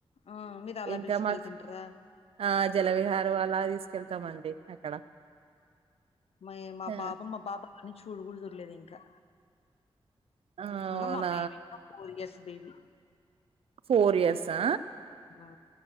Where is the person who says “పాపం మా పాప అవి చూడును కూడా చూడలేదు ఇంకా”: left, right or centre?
Left